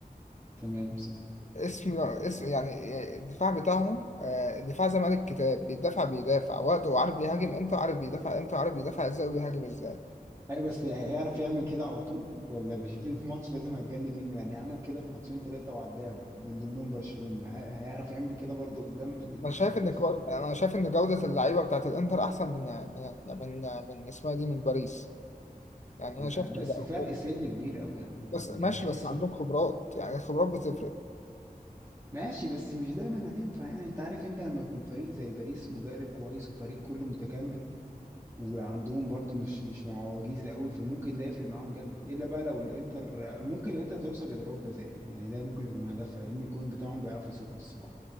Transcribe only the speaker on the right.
تمام صح
اي بس هيعرف يعمل كده على طول ولا مش في في ماتش لازم هتجلي منه يعني عمل كده في ماتشين ثلاثة وعداهم من ضمنهم برشلونة ه- هيعرف يعمل كده برضه قدام ال-
باريس
لا،
بس
فرق سن كبير قوي يا عم
يعني
احس
ماشي بس مش دايما هتنفع يعني انت عارف انت لما يكون فريق زي باريس مدرب كويس وفريق كله متكامل وعندهم برضو مش مش معوجيز قوي فممكن ده يفرق معاهم جامد الا بقى لو الانتر ممكن الانتر توصل لضربات جزاء يعني ده ممكن يكون هدفها لان الجون بتاعهم بيعرف يصد الصراحه